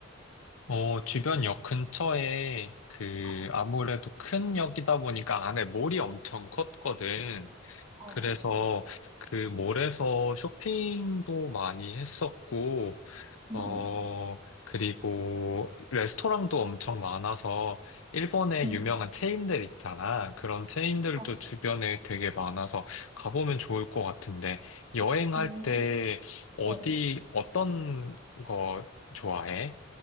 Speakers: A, on the left; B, on the right.
A: 어, 주변 역 근처에 그
B: 어,
A: 아무래도 큰 역이다 보니까 안에 몰이 엄청 컸거든.
B: 어.
A: 그래서 그 몰에서 쇼핑도 많이 했었고,
B: 응,
A: 어,
B: 응.
A: 그리고 레스토랑도 엄청 많아서 일본에
B: 응.
A: 유명한 체인들 있잖아. 그런 체인들도
B: 어,
A: 주변에 되게 많아서 가보면 좋을 것 같은데 여행할
B: 음.
A: 때 어디,
B: 어,
A: 어떤 거 좋아해?